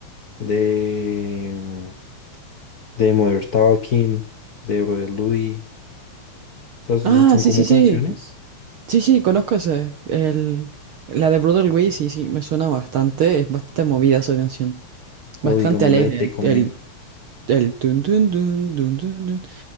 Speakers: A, on the left; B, on the right.
A: de, mm, de Mother Talking, de Brother Louis. O sea, son
B: Ah,
A: son
B: sí,
A: como
B: sí,
A: canciones.
B: sí. Sí, sí, conozco ese. El, la de Brother Luis, sí, sí, me suena bastante. Es bastante movida esa canción.
A: O
B: Bastante
A: digamos
B: alegre.
A: la de Take
B: El,
A: On
B: el,
A: Me.
B: el tun, tun, tun, tun, tun, tun.